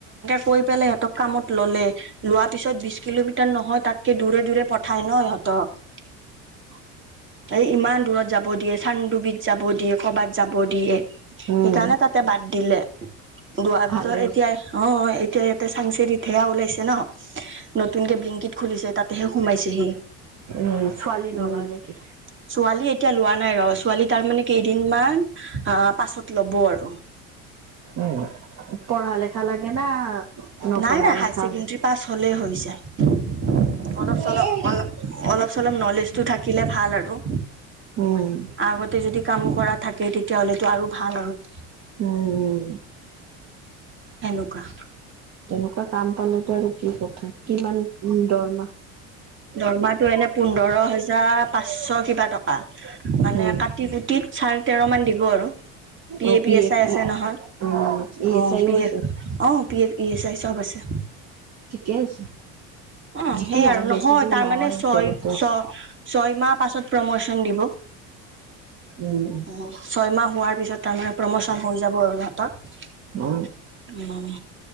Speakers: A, on the right; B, on the right.
A: কৰি পেলাই সিহঁতক কামত ললে লোৱাৰ পিছত বিশ কিলোমিটাৰ নহয় তাতকে দূৰে দূৰে পঠায় ন সিহঁতক
B: উম।
A: এই ইমান দূৰত যাব যাব দিয়ে চান্দুবিধ যাব দিয়ে কৰবাত যাব দিয়ে সেইকাৰণে
B: উম
A: তাতে বাদ দিলে দোৱাৰ পিছত
B: ভালে হৈছে
A: এতিয়া অ ত চাংচেৰিতহেয়া ওলাইছে ন' নতুনকে ব্লিংকিত খুলিছে তাতেহে সোমাইছেহি
B: উম ছোৱালী নলয়
A: উম
B: নেকি
A: ছোৱালী এ এতিয়া লোৱা নাই ৰ ছোৱালী তাৰ মানে কেইদিনমান আহ পাছত ল'ব আৰু
B: উম' পঢ়া লেখা লাগে না। নপঢ়া
A: নাই নাই হায়াৰ
B: লেখা
A: ছেকেণ্ডাৰী পাছ হ'লে হ হৈছে। অলপ-চলপ
B: উম
A: অলপ অলপ-চলপ নলেজটো থাকিলে ভাল আৰু।
B: উম'।
A: আগতে যদি কাম কৰা থাকে তেতিয়াহ'লেতো আৰু ভাল আৰু
B: উম
A: এনেকুৱা
B: তেনেকুৱা কাম পালেতো আৰু কি কথা, কিমান দৰমা।
A: দৰমাটো এনে, পোন্ধৰ হোজাৰ পাঁচশ কিবা টকা মানে
B: উম
A: কাটি কুটি। চাৰে তেৰ মান দিব আৰু B
B: O
A: A P S
B: F
A: I আছে
B: ই
A: নহয়
B: উম E এছ
A: অ
B: আইও
A: পি
B: আছে
A: F O P F E S I চব আছে
B: ঠিকে আছে।
A: অহ'
B: যি
A: সেই
B: কি নহওক
A: আৰু নহয়
B: বেছি দূৰ
A: তাৰ মানে
B: ওচৰতে
A: ছয়
B: আছে
A: ছ ছয় মাহ পাছত প্ৰমোচন। দিব।
B: উম
A: অহ ছয়মাহ হোৱাৰ পিছত তাৰমানে প্ৰমোচন হৈ যাব আৰু সিহত
B: অ
A: উম